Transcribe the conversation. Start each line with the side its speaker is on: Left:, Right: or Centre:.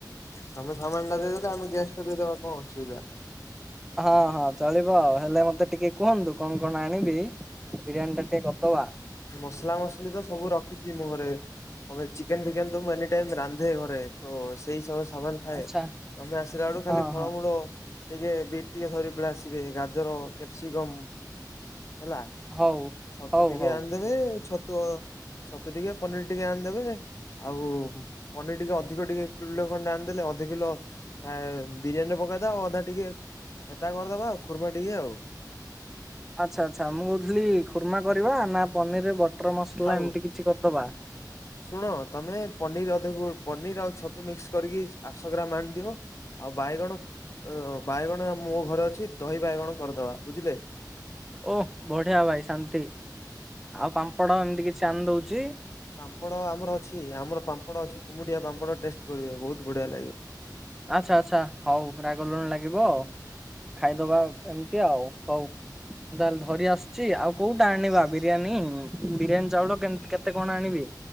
Left: ତମେ ସମାନ ଟା ଦେଇଦେଲେ ଆମେ ଗ୍ୟାସ ଟା ଦେଇଦବା କଣ ଅସୁବିଧା।
Centre: ହଁ ହଁ ଚଳିବ ଆଉ ହେଲେ ମତେ ଟିକେ କୁହନ୍ତୁ କଣ କଣ ଆଣିବି? ବିରିୟାନୀ ଟା ଟିକେ କରିଦବା।
Left: ମସଲା ମସଲି ତ ସବୁ ରଖିଛି ମୁ ଘରେ <unintelligible> ଚିକେନ ଫିକେନ ସବୁ ମୁଁ ଏନି ଟାଇମ ରାନ୍ଧେ ଘରେ ତ ସେଇ ସକାଶେ ସାମାନ ଥାଏ
Centre: ଆଚ୍ଛା
Left: ତମେ ଆସିଲା ବେଳୁ ଖାଲି
Centre: ହଁ
Left: ଫଳମୂଳ
Centre: ହଁ
Left: ଟିକେ ବିଟ୍ ଟିକେ ଧରି ପଳେ ଆସିବେ ଗାଜର କ୍ୟାପ୍ସିକମ୍ ହେଲା।
Centre: ହଉ
Left: ଛତୁ
Centre: ହଉ
Left: ଟିକେ
Centre: ହଉ।
Left: ଆଣିଦେବେ ଛତୁ ସତେ ଟିକେ ପନିର ଟିକେ ଆଣିଦେବେ ଆଉ ପନିର ଟିକେ ଅଧିକ ଟିକେ କିଲେ ଖଣ୍ଡେ ଆଣିଦେଲେ ଅଧ କିଲୋ ପ୍ରାୟ ବିରିୟାନୀରେ ପକେଇଦବା ଆଉ ଅଧା ଟିକେ ଏତା କରିଦବା ଆଉ ଖୁର୍ମା ଟିକେ ଆଉ।
Centre: ଆଚ୍ଛା ଆଚ୍ଛା ମୁଁ କହୁଥିଲି ଖୁର୍ମା କରିବା ନା ପନିର ବଟର ମସଲା
Left: ଥାଉ।
Centre: ଏମିତି କିଛି କରିଦବା।
Left: ଶୁଣ ତମେ ପନିର ଅଧିକ ପନିର ଆଉ ଛତୁ ମିକ୍ସ କରିକି ଆଠଶହ ଗ୍ରାମ ଆଣିଦିଅ। ଆଉ ବାଇଗଣ ବାଇଗଣ ମୋ ଘରେ ଅଛି ଦହି ବାଇଗଣ କରିଦବା ବୁଝିଲେ।
Centre: ଓହ ବଢିଆ ଭାଇ ଶାନ୍ତି। ଆଉ ପାମ୍ପଡ଼ ଏମିତି କିଛି ଆଣି ଦଉଚି।
Left: ପାମ୍ପଡ ଆମର ଅଛି ଆମର ପାମ୍ପଡ ଅଛି କୁମୁଟିଆ ପାମ୍ପଡ ଟେଷ୍ଟ କରିବେ। ବଢିଆ ଲାଗିବ।
Centre: ଆଛା ଆଛା ହଉ ରାଗ ଲୁଣ ଲାଗିବ ଖାଇଦବା। ଏମିତି ଆଉ ହଉ ମୁ ତାହେଲେ ଧରି ଆସୁଛି ଆଉ କୋଉଟା ଆଣିବା ବି ବିରିୟାନୀ ବିରିୟାନୀ ଚାଉଳ କେମ କେତେ କଣ ଆଣିବି?